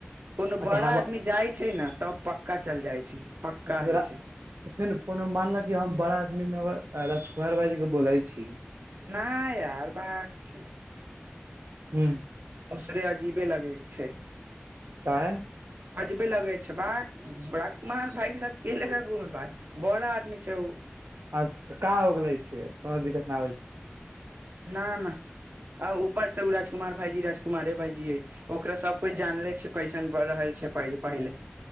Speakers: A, on the right (about 55°); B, on the right (about 80°).
A: कोनो
B: अच्छा
A: बड़ा
B: हम
A: आदमी जाइ छै न तब पक्का चल जाइ छै पक्का
B: अच्छा
A: होइ छै
B: तऽ फेन कोनो मानल कि हम बड़ा आदमी मे राजकुमार भाईजी के बोलैय छी
A: नहि यार बाग छै
B: ह
A: दूसरे अजीबे लगै छैइ
B: काहे
A: अजबे लगै छैइ बाक राजकुमार भाई के साथ के जेतै घूम भाई बड़ा आदमी छैय ओ
B: अच्छ तऽ का हो गेलै छे कोनो दिक्कत ना होइ छै
A: ना ना आ ऊपर से उ राजकुमार भाईजी राजकुमारे भाईजी हई ओकरा सब कोई जानले छैइ उ कैसन बारऽ है पहिल पहिल